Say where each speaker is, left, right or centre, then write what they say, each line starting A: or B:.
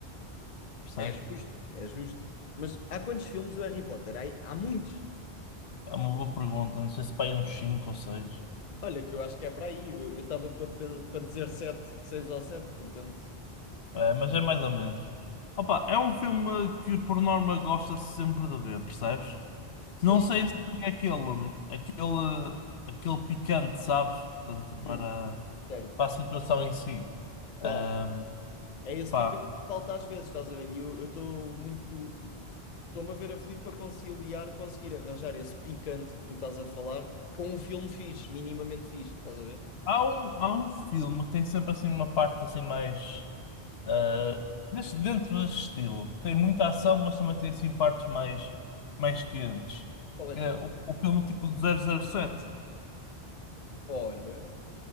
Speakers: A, on the left (about 70°); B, on the left (about 45°).
A: percebes?
B: É justo, é justo. Mas há quantos filmes o Harry Potter? Há, há muitos.
A: É uma boa pergunta, não sei se pá, é uns cinco ou seis,
B: Olha, que eu acho que é para aí. Eu estava para dizer sete, seis ou sete, portanto.
A: é, mas é mais ou menos. Opa, é um filme que por norma gosta-se sempre de ver, percebes?
B: Sim.
A: Não sei se tem aquele, hum, aquele, aquele picante, sabes? Tanto para,
B: Hum, certo.
A: para a situação em si.
B: Claro.
A: Ahm,
B: É esse
A: pá,
B: pica que falta às vezes, estás a ver? E eu estou muito. Estou-me a ver aflito para conciliar, conseguir arranjar esse picante que tu estás a falar com um filme fixe, minimamente fixe, estás a ver?
A: Há um, há um filme que tem sempre assim uma parte assim mais ah, desse- dentro desse estilo. Tem muita ação, mas também tem assim partes mais, mais quentes.
B: Qual é
A: Que É
B: que é?
A: o, o filme tipo de zero zero sete
B: Olha,